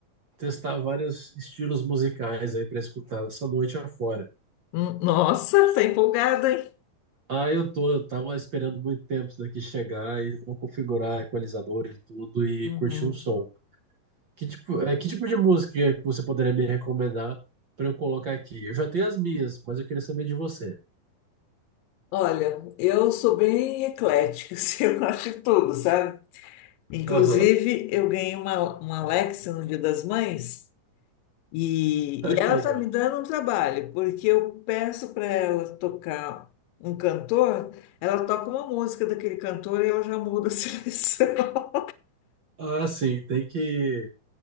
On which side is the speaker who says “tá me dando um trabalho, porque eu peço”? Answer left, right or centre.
Left